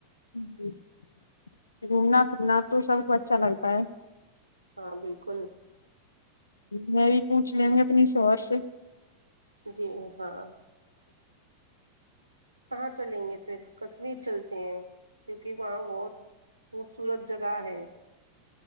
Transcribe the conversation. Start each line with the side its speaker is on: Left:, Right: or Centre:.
Left: جی جی گھومنا پھرنا تو سب کو اچھا لگتا ہے
Right: ہاں بالکل
Left: میں بھی پوچھ لیا گے اپنی سور سے
Right: جی ہاں کہاں چلیں گے پھر کشمیر چلتے ہیں کیونکہ وہاں بہت خوبصورت جگہ ہے